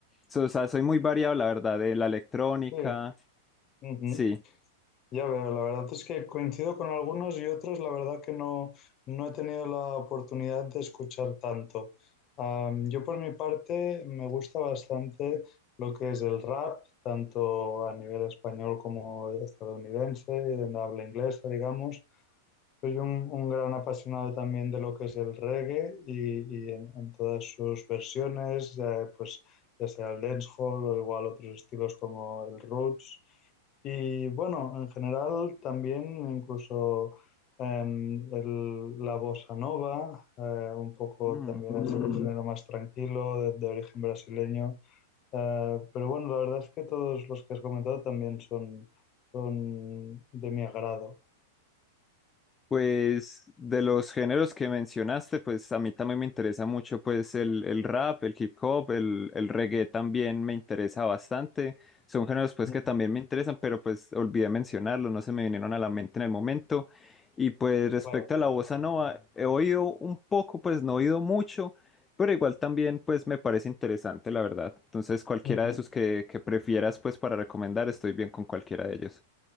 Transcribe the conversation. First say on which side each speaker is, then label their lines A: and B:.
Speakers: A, on the left (about 20°); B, on the left (about 35°).
A: so- o sea, soy muy variado, la verdad, de la electrónica.
B: Sí. Ujú.
A: Sí.
B: Ya veo, la verdad es que coincido con algunos y otros, la verdad que no, no he tenido la oportunidad de escuchar tanto. Am, yo por mi parte me gusta bastante lo que es el rap, tanto a nivel español como estadounidense y de habla inglesa, digamos. Soy un, un gran apasionado también de lo que es el reggae y, y en, en todas sus versiones, eh, pues ya sea el dancehall o igual otros estilos como el roots. Y bueno, en general también incluso em, el- la bossa nova, eh, un poco
A: Mm.
B: también es un género más tranquilo, de, de origen brasileño. Eh, pero bueno, la verdad es que todos los que has comentado también son, son de mi agrado.
A: Pues de los géneros que mencionaste, pues a mí también me interesa mucho pues el, el rap, el hip hop, el, el reggae también me interesa bastante. Son géneros pues
B: Ujú,
A: que también me interesan, pero pues olvidé mencionarlos, no se me vinieron a la mente en el momento. Y pues respecto
B: Claro.
A: a la bossa nova, he oído un poco, pues no he oído mucho, pero igual también pues me parece interesante, la verdad. Entonces cualquiera
B: Ujú.
A: de esos que, que prefieras pues para recomendar, estoy bien con cualquiera de ellos.